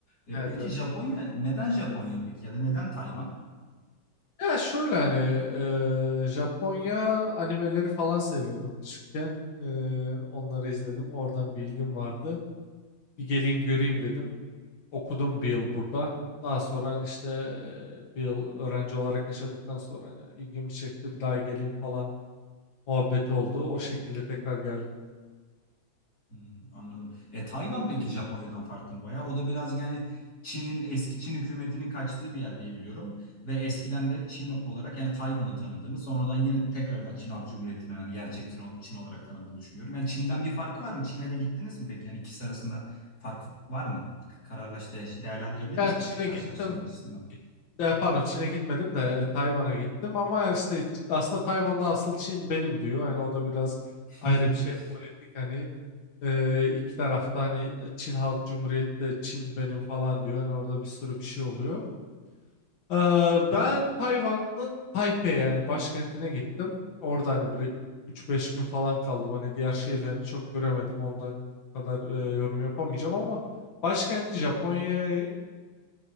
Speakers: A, on the left (about 50°); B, on the left (about 70°).
A: E,
B: Evet
A: peki
B: evet.
A: Japonya neden Japonya peki ya da neden Tayvan?
B: Ya şöyle hani e, Japonya animeleri falan seviyordum küçükken E, onları izledim oradan bilgim vardı bir geleyim göreyim dedim okudum bir yıl
A: Hmm.
B: burada. Daha sonra hani işte e, bir yıl öğrenci olarak yaşadıktan sonra hani ilgimi çekti bir daha geleyim falan muhabbeti oldu. O şekilde tekrar geldim.
A: Hmm, anladım. E Tayvan peki Japonya'dan farklı mı baya? O da birazcık yani Çin'in eski Çin hükümetinin kaçtığı bir yer diye biliyorum. Ve eskiden de Çin olarak yani Tayvan'ın tanındığını sonradan yine tekrardan Çin Halk Cumhuriyeti'nin hani gerçek Çin, Çin olarak tanındığını düşünüyorum. Yani Çin'den bir farkı var mı? Çin'e de gittiniz mi peki? Yani ikisi arasında fark var mı? Kararlaştı, değerlendirebilir
B: Ya
A: misiniz
B: Çin'e
A: karşılaştırma
B: gittim.
A: açısından?
B: Git- Ya pardon Çin'e gitmedim de e, Tayvan'a gittim ama yani işte aslında Tayvan'da asıl Çin benim diyor. Hani o da biraz
A: <laughs>
B: ayrı bir şey politik hani e, iki tarafta hani e, Çin Halk Cumhuriyeti de Çin benim falan diyor. Hani orada bir sürü bir şey oluyor. Ee, ben Tayvan'ın Taipei yani başkentine gittim. Orada hani bir üç beş gün falan kaldım. Hani diğer şehirlerini çok göremedim. Ondan kadar e, yorum yapamayacağım ama başkenti Japonya'ya